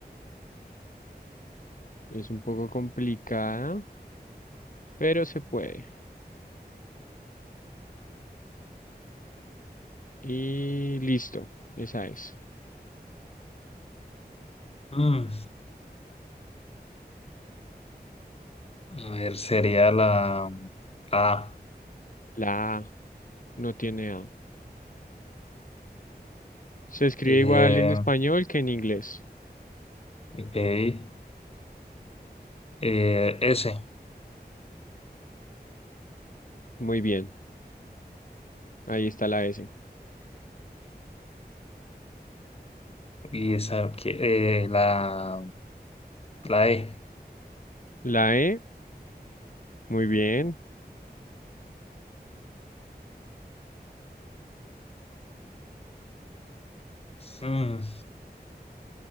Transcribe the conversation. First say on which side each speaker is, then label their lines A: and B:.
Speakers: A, on the left; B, on the left.
A: Es un poco complicada, pero se puede. Y listo, esa es.
B: Mm, A ver, sería la A.
A: La A no tiene A. Se escribe
B: Eh,
A: igual en español que en inglés.
B: ok. Eh, S.
A: Muy bien, ahí está la S.
B: Y esa, que- eh, la, la E.
A: La E, muy bien.
B: Mm,